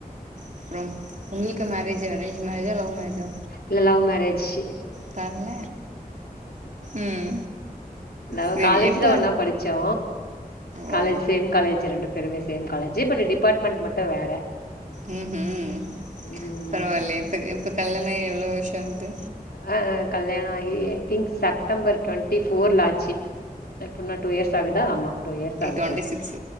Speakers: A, on the right; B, on the left.
A: அப்றம் உங்களுக்கு மேரேஜ் அரேஞ் மேர்ஜா லவ் மேர்ஜா
B: இல்ல லவ் மேரேஜி
A: தன்ல ம்
B: லவ்
A: செரி
B: காலேஜ்ல
A: எப்ப
B: ஒன்னா படிச்சோ காலேஜ்
A: ஓ
B: சேம் காலேஜ் ரெண்டு பேருமே சேம் காலேஜ பட் டிபார்ட்மெண்ட் மட்டு வேற
A: ம் ம்
B: ம்
A: பரவால்லையே இப்ப இப்ப கல்யாண ஆகி எவ்ளோ வருஷ ஆகுது
B: ஆ ஆ கல்யாண ஆகி ஐ திங்க் செப்டம்பர் டுவெண்ட்டி ஃபோர்ல ஆச்சி எப்புனா டூ இயர்ஸ் ஆகுதா ஆமா இயர்ஸ் ஆக
A: டுவெண்டி
B: போது
A: சிக்ஸ்